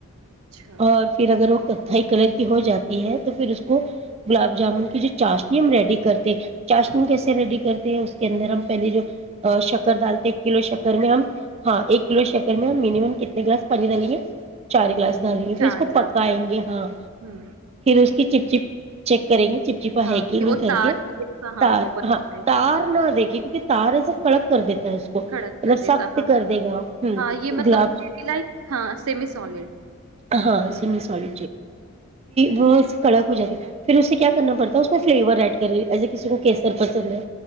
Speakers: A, on the right (about 90°); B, on the right (about 30°).
A: اچھا
B: اور پھر اگر وہ کر تھتھائی کلر کی ہو جاتی تو پھر اس کو گلاب جامن کی جو چاشنی ہم ریڈی کرتے چاشنی کیسے
A: پھر
B: ریڈی کرتے ہیں اس کے اندر ہم پہلے جو شکر دال ایک کلو شکر میں ہم ہاں ایک لو شکر میں ہم مینمم کتنے گلاس پانی ڈالیں گے چار گلاس ڈالیں گے
A: چار
B: پھر اس کو پکائیں
A: گلاس
B: گے ہاں
A: ہمم
B: اس کی چپ چپ چیک کریں گے چپچپا
A: ہاں
B: ہےیکی
A: کہ
B: نہیں
A: وہ
B: کر
A: تار
B: کے
A: کا
B: تار
A: وہ بن
B: ہاں
A: پائے کہ
B: تار
A: نہیں
B: نہ د کے کیونکہ تار ایسا
A: ہاں،
B: کڑک کر دیتا ہے اس کو
A: کڑک
B: مطلب
A: کر
B: سخت
A: دیتا ہاں
B: کر دے گا ہ
A: ہاں یہ مطلب
B: گلاب
A: لائک ہاں سیمی سالڈ
B: ہاں سال وہ کڑک ہو جاتی پھر اسے کیا کرنا پڑتا ہے اس میں فلیور ایڈ کری ایسے کسی کو کیسر پسند ہے